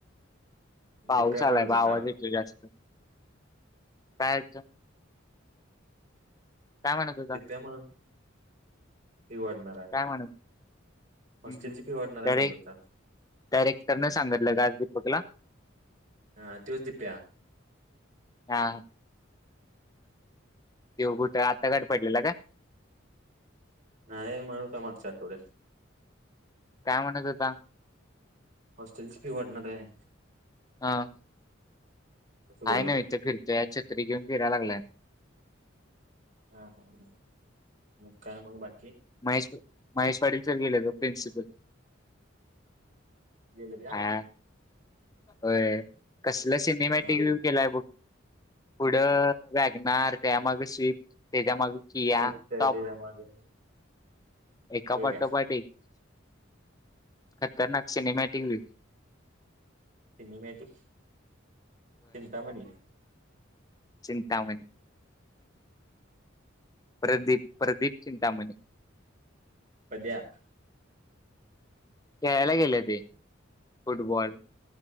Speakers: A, on the left; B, on the right.
A: पाऊसालाय
B: दिप्या म्हणत
A: बा
B: होता
A: आवाज येतो जास्त काय काय म्हणत होता?
B: त्या म्हणे फी वाढणार आहे
A: काय म्हणत
B: हॉस्टेलची
A: हम्म
B: फी वाटणारा
A: तरी
B: म्हणत होता
A: डायरेक्टरनं सांगितलं का आज दीपकला?
B: हा तोयच दिप्या
A: हा ते कुठे आता गाट पडलेला काय
B: नाही म्हणूत मागच्या आठवड्यात
A: काय म्हणत होता
B: हॉस्टेलची फी वाढणार आहे
A: अ
B: असं बोलत
A: आहे ना्
B: होता.
A: इथ फिरतो या छततरी घेऊन फिरायला लागलाय
B: हा हा म काय मग बाकी
A: महेश महेश पाटील सर गेले तर प्रिन्सिपल
B: <unintelligible>
A: हा होय कसलं सिनेमॅटिक
B: हा
A: व्ह्यू
B: हा
A: केलाय बग पुढं व्यागणार त्या मागे स्विपट त्यांच्यामागे किया
B: ते त्याच्या
A: टोप
B: मागे
A: एका
B: होय
A: पाठोपाठ
B: काय
A: एक खतरनाक cinema TV
B: Cinemagic Chintamani
A: Chintaman Pradeep Pradeep Chintamani
B: पद्या
A: खेळायला गेले ते फुटबॉल